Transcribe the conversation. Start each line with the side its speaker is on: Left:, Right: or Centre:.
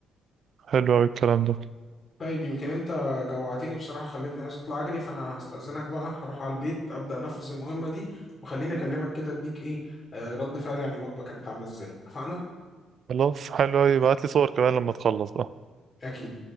Right: حلو أوي الكلام ده
Left: طيب يمكن انت جوعتني بصراحة خلتني عايز اطلع اجري فانا هستأذنك بقى هروح على البيت ابدأ انفذ المهمة دي وخليني اكلمك كده اديك ايه آه، رد فعلي عن الوجبة كانت عاملة ازاي اتفقنا
Right: خلاص حلو أوي ابعتلي صور كمان لما تخلص بقى
Left: اكيد